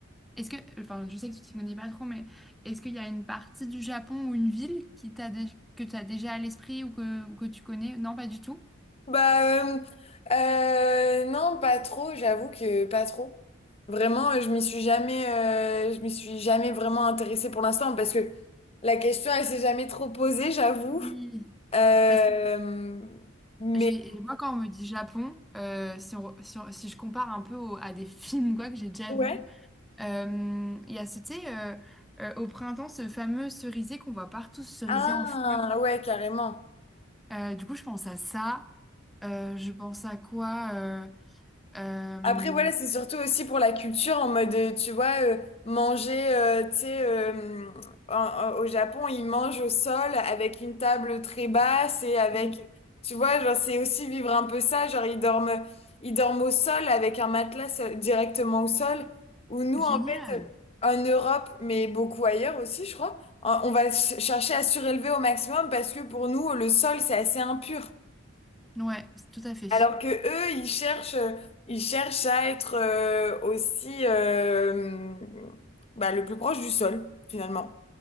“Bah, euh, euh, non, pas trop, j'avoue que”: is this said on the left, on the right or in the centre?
Left